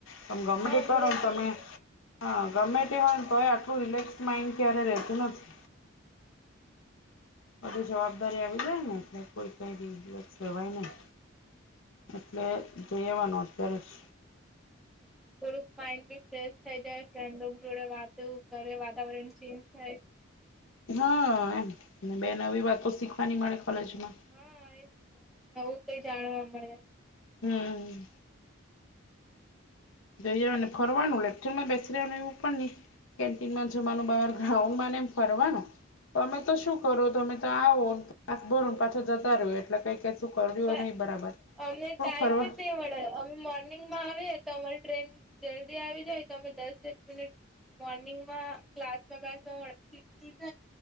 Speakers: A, on the left; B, in the centre.
A: ત ગમડી
B: હા હમડે
A: કરોને
B: બી
A: તમે હા ગમે તે હોય તો એ આટલું રિલેક્સ માઈન્ડ ક્યારે રહેતું નથી. બધી જવાબદારી આવી જાય ને એટલે કોઈ કઈ ર લેવાય નને એટલે જઈ આવવાનું અત્યારે જ
B: થોડુંક માઇન્ડ બી ફ્રેશ થઈ જાય ફ્રેન્ડ જોડે વાતો કરે વાતાવરણ ચેન્જ થાય.
A: હા એમ બે નવી વાતો શીખવાની મળે કોલેજ મા
B: હા એજ તો, નવું કઈ જાણવા મળે.
A: હમ. જઈયા મને ફરવાર્ડ લલેટ બેેશું પડ ન. કેન્ટીનમાં જવાનું બહાર ગ્રાઉન્ડ માં ને એમ ફરવાનું, તો અમે તો શું કરો તમે તો આવો ભ પાછા જતા રહો એટલે કઈ શું કર્યું
B: પણ
A: નહી બરાબર.
B: અમને
A: થોડું
B: ટાઈમ
A: ફરવા
B: જ નહી મળે અમે મોર્નિ માં આવે તો અમારે ટ્રેન જલ્દી આવી જાય તો અમે દસ મિનિટ. મોર્નિંગમાં ક્લાસ માં બેસવા થ